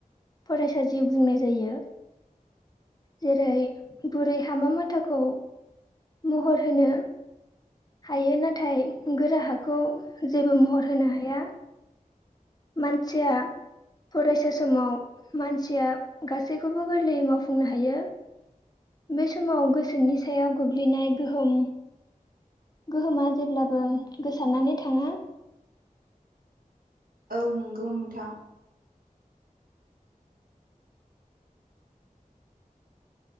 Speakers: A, on the left; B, on the right.
A: फरायसा जिउ बुंनाय जायो। जेरै बुरै हामा माथाखौ महर होनो। हायो नाथाय गोरा हाखौ जेबो महर होनो हाया मानसिया फरायसा समाव मानसिया गासैखौबो गोरलैयै मावफुंनो हायो। बे समाव गोसोनि सायाव गोग्लैनाय गोहोम गोहोमा जेब्लाबो गोसारनानै थाङा
B: औ नंगौ नोंथां।